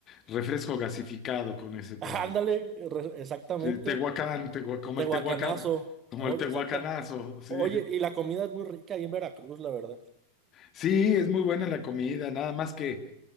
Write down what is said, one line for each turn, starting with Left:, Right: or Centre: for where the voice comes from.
Left: refresco gasificado con ese para...
Right: <laughs> Ándale, re- exactamente.
Left: Sí, Tehuacán, Tehua- como
Right: Tehuacanazo,
Left: el Tehuacán, como
Right: oye,
Left: el Tehuacanazo,
Right: exacta.
Left: sí.
Right: Oye, y la comida es muy rica ahí en Veracruz, la verdad.
Left: Sí, es muy buena la comida, nada más que